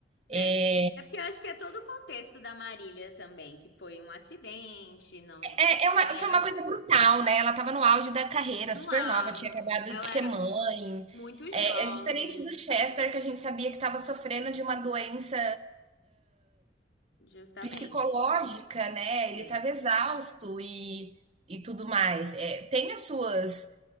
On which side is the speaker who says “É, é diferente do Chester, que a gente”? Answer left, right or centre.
Right